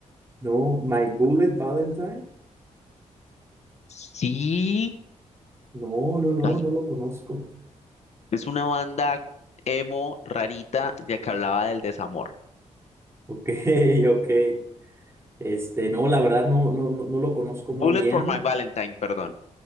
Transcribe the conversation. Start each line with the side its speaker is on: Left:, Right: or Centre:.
Right: No, My Bullet Valentine.
Left: sí.
Right: No, no, no,
Left: Ay,
Right: no lo conozco.
Left: es una banda emo rarita de que hablaba del desamor.
Right: Ok, <laughs> ok. Este, no, la verdad no, no, no, no lo conozco muy
Left: Bullet
Right: bien.
Left: for My Valentine, perdón.